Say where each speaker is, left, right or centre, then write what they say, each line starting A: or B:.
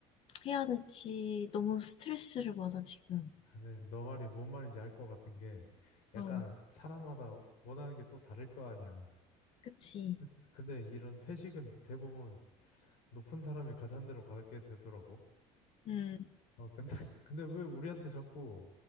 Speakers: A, on the left; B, on the left.
A: 해야 될지 너무 스트레스를 받아 지금.
B: 근데 너 말이 뭔 말인지 알 것 같은 게 약간
A: 어,
B: 사람마다 원하는 게 또 다를 거 아니야.
A: 그치.
B: 그- 근데 이런 회식은 대부분 높은 사람이 가잔 대로 가게 되더라고.
A: 음,
B: 어, 근데, <laughs> 근데 왜 우리한테 자꾸